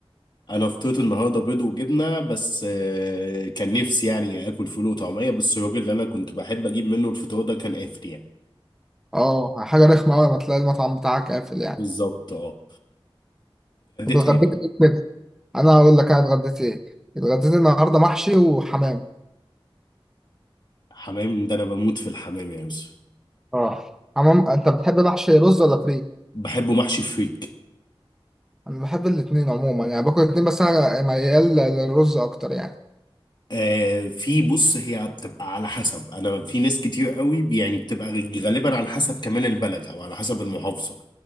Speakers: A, on the left; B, in the centre.
A: انا فطرت النهارده بيض وجبنه بس آه، كان نفسي يعني اكل فول وطعميه بس الراجل اللي انا كنت بحب اجيب منه الفطار ده كان قافل يعني
B: اه حاجه رخمه قوي لما تلاقي المطعم بتاعك قافل يعني
A: بالظبط اه
B: طب اتغديت
A: اتغديت ايه بقى؟
B: ايه كده انا هقول لك انا اتغديت ايه اتغديت النهارده محشي وحمام
A: حمام ده انا بموت في الحمام يا يوسف
B: اه حمام انت بتحب محشي رز ولا فريك
A: بحبه محشي فريك
B: انا بحب الاتنين عموما يعني باكل الاتنين بس انا ميال للرز اكتر يعني
A: آه في بص هي بتبقى على حسب انا في ناس كتير قوي بي- يعني بتبقى غالبا على حسب كمان البلد او على حسب المحافظه